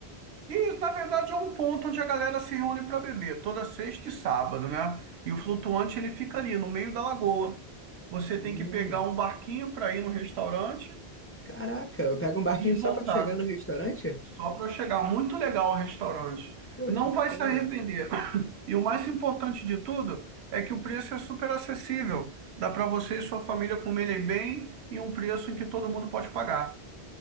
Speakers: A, on the right (about 80°); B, on the left (about 20°).
A: E isso, na verdade, é um ponto onde a galera se reúne para beber, toda sexta e sábado, né? E o flutuante ele fica ali no meio da lagoa. Você
B: Hum,
A: tem que pegar um barquinho para ir no restaurante
B: caraca, eu pego um barquinho
A: e
B: só
A: voltar,
B: pra chegar no restaurante?
A: só para chegar. Muito legal o restaurante.
B: Pô,
A: Não
B: que bacana.
A: vai se arrepender. <laughs> <clears throat> E o mais importante de tudo é que o preço é super acessível. Dá para você e sua família comerem bem e um preço em que todo mundo pode pagar.